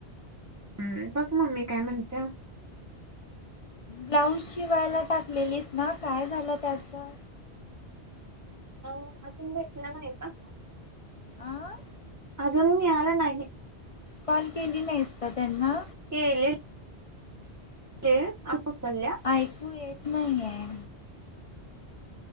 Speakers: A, on the right (about 15°); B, on the left (about 65°).
A: हम्मं बघं मम्मी कायं म्हणते
B: ब्लाऊज शिवांयला टाकलेलीस नां कायं झालं त्याचं
A: अहो अजूंन भेटलेला नाहीं आहे कां
B: आं
A: अजूंन मिळालां नाहीं
B: कॉल केली नाहीसं कां त्यांनां
A: केले ते अल्पचालल्यां
B: ऐकू येत नाहीयेय.